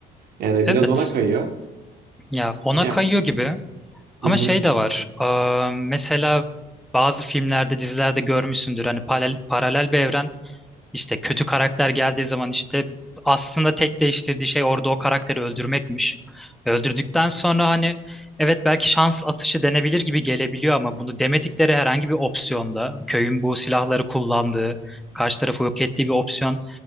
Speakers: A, on the right; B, in the centre.
A: Yani
B: Evet.
A: biraz ona kayıyor.
B: Ya ona
A: Ya
B: kayıyor gibi. Ama
A: hı hı.
B: şey de var. Aa, mesela bazı filmlerde, dizilerde görmüşsündür. Hani paralel, paralel bir evren İşte kötü karakter geldiği zaman işte aslında tek değiştirdiği şey orada o karakteri öldürmekmiş. Öldürdükten sonra hani evet belki şans atışı denebilir gibi gelebiliyor ama bunu demedikleri herhangi bir opsiyonda köyün bu silahları kullandığı, karşı tarafı yok ettiği bir opsiyon